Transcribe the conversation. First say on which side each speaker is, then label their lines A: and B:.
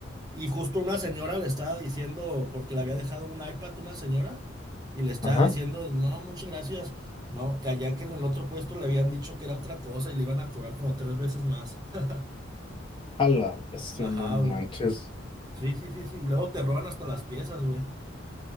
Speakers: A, on the right; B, on the left.
A: Y justo una señora le estaba diciendo, porque le había dejado un iPad una señora, y le estaba
B: Ajá.
A: diciendo, no, muchas gracias. No, que allá que en el otro puesto le habían dicho que era otra cosa y le iban a cobrar como tres veces más. <laughs>
B: A la bestia,
A: Ajá,
B: no
A: güey.
B: manches.
A: Sí, sí, sí, sí. Y luego te roban hasta las piezas, güey.